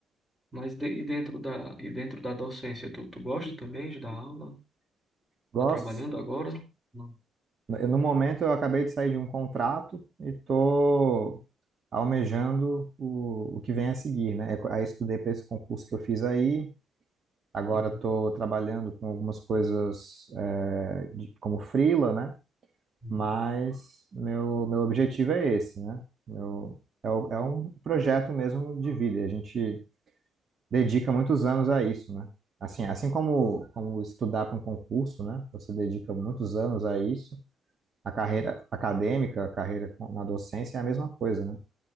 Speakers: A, in the centre; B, on the right.
A: Mas de- e dentro da, e dentro da docência, tu, tu gosta também de dar aula?
B: Gosto.
A: Tá trabalhando
B: Sim.
A: agora? Não.
B: Eu, no momento, eu acabei de sair de um contrato e tô almejando o, o que vem a seguir, né? É, Aí eu estudei para esse concurso que eu fiz aí, Agora
A: Uhum,
B: estou trabalhando com algumas coisas é, de- como freela, né?
A: uhum.
B: Mas meu, meu objetivo é esse, né? Meu, é, o- é um projeto mesmo de vida. e A gente dedica muitos anos a isso, né? Assim, assim como, como estudar para um concurso, né? Você dedica muitos anos a isso. A carreira acadêmica, a carreira com- na docência é a mesma coisa, né?